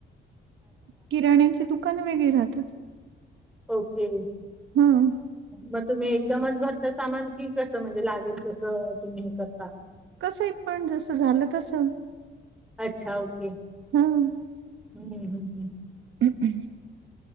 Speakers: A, on the right; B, in the centre.
A: किराण्याची दुकान वेगळी राहतात.
B: ओके.
A: हं
B: मग तुम्ही एकदमच भरता सामान कि. कस म्हणजे लागेल तस तुम्ही हे करता.
A: कसही पण जस झाल तस.
B: अच्छा. ओके. हम्म
A: हं
B: हम्म हम्म.
A: हम्